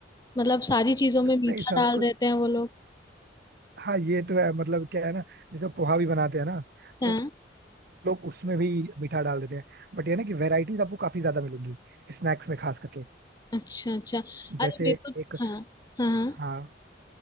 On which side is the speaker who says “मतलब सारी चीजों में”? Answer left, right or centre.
Left